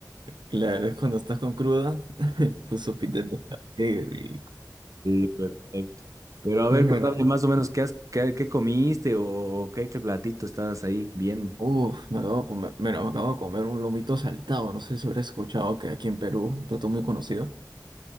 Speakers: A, on the right; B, on the right.
A: Claro, es cuando estás con cruda, <laughs> tu sopita de pescado. Qué rico.
B: Sí, perfecto. Pero a ver,
A: Es
B: contame
A: bueno.
B: más o menos qué, has- qué, qué comiste o, o qué, qué platito estabas ahí viendo.
A: Uf, me acabo de comer, bueno, me acabo de comer un lomito saltado. No sé si habrás escuchado que aquí en Perú, un plato muy conocido.